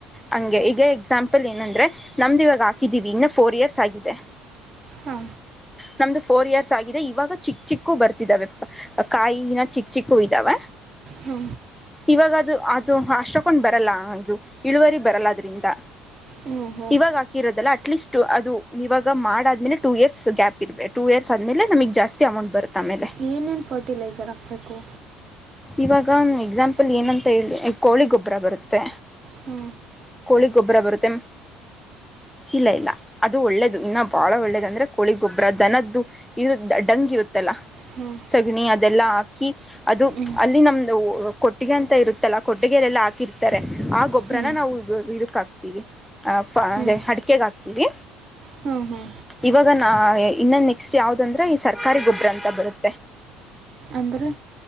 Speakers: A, in the centre; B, on the right.
A: ಹಂಗೆ ಈಗ ಎಕ್ಸಾಂಪಲ್ ಏನಂದ್ರೆ ನಮ್ದು ಇವಾಗ ಹಾಕಿದೀವಿ ಇನ್ನು ಫೋರ್ ಇಯರ್ಸ್ ಆಗಿದೆ
B: ಹಾ
A: ನಮ್ದು ಫೋರ್ ಇಯರ್ಸ್ ಆಗಿದೆ ಇವಾಗ ಚಿಕ್ಕ ಚಿಕ್ಕು ಬರ್ತಿದಾವೆ ಕಾಯಿನ ಚಿಕ್ಕ ಚಿಕ್ಕೂ ಇದ್ದಾವ
B: ಹ್ಮ
A: ಇವಾಗ ಅದು ಅದು ಅಷ್ಟೊಕೊಂಡ್ ಬರಲ್ಲ. ಇದು ಇಳುವರಿ ಬರಲ್ಲ ಅದ್ರಿಂದ
B: ಹ್ಞೂ ಹ್ಞೂ
A: ಇವಾಗ ಹಾಕಿರೋದಲ್ಲ ಅಟ್ಲೀಸ್ಟ್ ಅದು ಇವಾಗ ಮಾಡಾದ್ಮೇಲೆ ಟೂ ಇಯರ್ಸ್ ಗ್ಯಾಪ್ ಇರ್ಬೇಕು. ಟೂ ಇಯರ್ಸ್ ಆದಮೇಲೆಮ ಜಾಸ್ತಿ ಅಮೌಟ್ ಬರುತ್ತೆ. ಆಮೇಲೆ
B: ಏನೇನು ಫರ್ಟಿಲೈಸರ್ ಹಾಕ್ಬೇಕು?
A: ಇವಾಗ ಒ ಎಕ್ಸಾಂಪಲ್ ಏನಂತ ಹೇಳಿ ಕೋಳಿ ಗೊಬ್ಬರ ಬರುತ್ತೆ.
B: ಹ್ಞೂ
A: ಕೋಳಿ ಗೊಬ್ಬರ ಬರುತ್ತೆ ಇಲ್ಲ ಇಲ್ಲ ಅದು ಒಳ್ಳೇದು, ಇನ್ನು ಬಾಳ ಒಳ್ಳೇದ ಅಂದ್ರೆ ಕೋಳಿ ಗೊಬ್ಬರ ದನದ್ದು ಇದು ಡಂಗ್ ಇರುತ್ತೆ
B: ಹ್ಞೂ
A: ಸಗಣಿ ಅದೆಲ್ಲ ಹಾಕಿ ಅದು
B: ಹ್ಞೂ
A: ಅಲ್ಲಿ ನಮ್ದ ಕೊಟ್ಟಿಗೆ ಅಂತ ಇರುತ್ತಲ್ಲಾ ಕೊಟ್ಟಿಗೆಯಲೆಲ್ಲಾ ಹಾಕಿರ್ತಾರೆ ಆ ಗೊಬ್ಬ್ರನ
B: ಹ್ಞೂ
A: ನಾವು ಇದಕ್ ಹಾಕ್ತಿವಿ. ಅ ಅ
B: ಹ್ಞೂ
A: ಅಡಿಕಗ ಹಾಕ್ತೀವಿ
B: ಹ್ಞೂ ಹ್ಞೂ
A: ಇವಾಗ ನಾ ಇನ್ನೊ ನೆಕ್ಸ್ಟ ಯಾವ್ದಂದ್ರೆ ಈ ಸರ್ಕಾರಿ ಗೊಬ್ಬರ ಅಂತ ಬರುತ್ತೆ
B: ಅಂದ್ರೆ